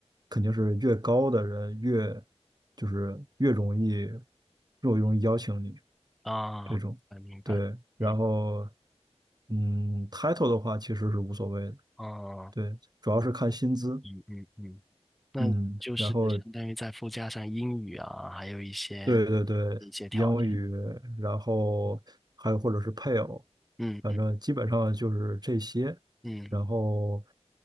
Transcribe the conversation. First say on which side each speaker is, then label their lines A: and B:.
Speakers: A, on the right (about 35°); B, in the centre.
A: 肯定是越高的人越就是越容易越容易邀请你
B: 嗯
A: 这种，
B: 啊，明白，
A: 对，然后
B: 嗯，
A: 嗯，title 的话其实是无所谓的，
B: 哦，
A: 对，主要是看薪资，
B: 嗯嗯嗯。那就是相当于再附加上英语啊，
A: 嗯，然后
B: 还有一些
A: 对对对，
B: 一些条件。
A: 英语，然后还有或者是配偶，
B: 嗯嗯
A: 反正基本上就是这些。
B: 嗯，
A: 然后，